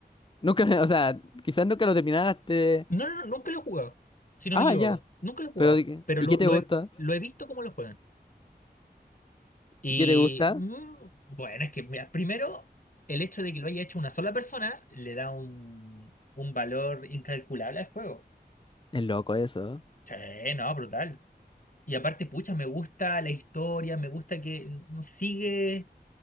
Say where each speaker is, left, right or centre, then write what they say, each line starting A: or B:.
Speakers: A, on the left; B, on the left.
A: Nunca, <laughs> o sea, quizás nunca lo terminaste.
B: No, no, no, nunca lo he jugado, si no
A: Ah,
B: me equivoco.
A: ya.
B: Nunca lo he jugado,
A: Pero, ¿y
B: pero
A: y
B: lo,
A: qué te
B: lo
A: gusta?
B: he, lo he visto cómo lo juegan. Y
A: ¿Y qué te gusta?
B: mm, bueno, es que, mira, primero, el hecho de que lo haya hecho una sola persona le da un, un valor incalculable al juego.
A: Es loco eso.
B: Sí, no, brutal. Y aparte, pucha, me gusta la historia, me gusta que mm, sigue.